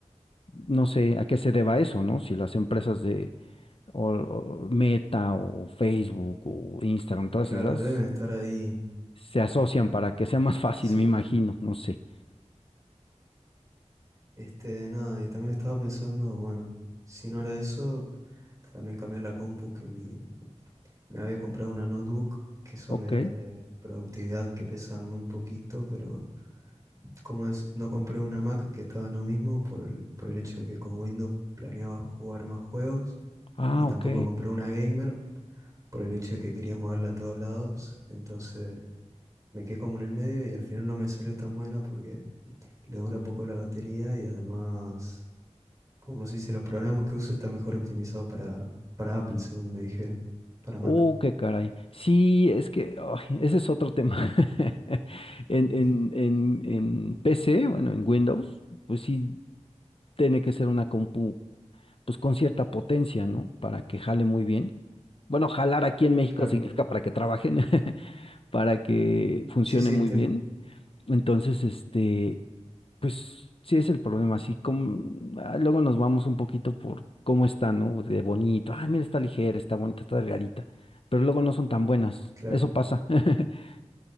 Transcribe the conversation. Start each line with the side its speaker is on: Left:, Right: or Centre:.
Left: No sé a qué se deba eso, ¿no? Si las empresas de o- o Meta o Facebook o Instagram, todas
Right: claro,
Left: esas,
Right: deben estar ahí.
Left: se asocian para que sea más fácil,
Right: Sí.
Left: me imagino, no sé.
Right: Este, nada, y también estaba pensando, bueno, si no era eso, también cambiar la compu, que mi, me había comprado una notebook, que son
Left: Ok.
Right: de estas de productividad que pesan muy poquito, pero ¿Cómo es? No compré una Mac que estaba en lo mismo por el, por el hecho de que con Windows planeaba jugar más juegos
Left: Ah,
Right: y tampoco
Left: ok.
Right: compré una gamer por el hecho de que quería moverla a todos lados. Entonces me quedé como en el medio y al final no me salió tan buena porque le dura poco la batería y además, como se dice, los programas que uso están mejor optimizados para, para Apple, según me dijeron, para Mac.
Left: Oh, qué caray. Sí, es que ay, ese es otro tema. <laughs> En,
Right: <laughs>
Left: en, en, en PC, bueno, en Windows, pues sí, tiene que ser una compu, pues con cierta potencia, ¿no? Para que jale muy bien. Bueno, jalar aquí en México
Right: Claro.
Left: significa para que trabajen, <laughs> para que funcione
Right: Sí, sí,
Left: muy
Right: entiendo.
Left: bien. Entonces, este, pues sí es el problema, así como, ah, luego nos vamos un poquito por cómo está, ¿no? De bonito, ah, mira, está ligera, está bonita, está delgadita, pero luego no son tan buenas,
Right: Claro.
Left: eso pasa. <laughs>